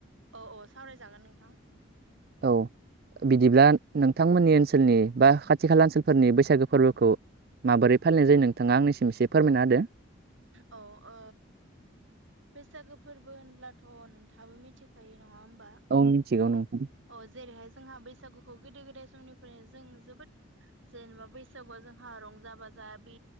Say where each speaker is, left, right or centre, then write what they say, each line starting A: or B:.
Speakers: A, on the right; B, on the right.
A: अ अ सावरायजागोन नोंथां।
B: औ बिदिब्ला नोंथांमोननि ओनसोलनि बा खाथि खाला ओनसोलफोरनि बैसागो फोरबोखौ माबोरै फालिनाय जायो? नोंथाङा आंनिसिम एसे फोरमायना होदो।
A: अ ओ बैसागो फोरबो होनब्लाथ' नों थाबो मिथिखायो नङा होमबा?
B: औ मिथिगौ नोंथां
A: अ जेरैहाय जोंहा बैसागुखौ गोदो गोदाय समनिफ्रायनो जों जोबोद जेनेबा बैसागुआव जोंहा रंजा बाजा बे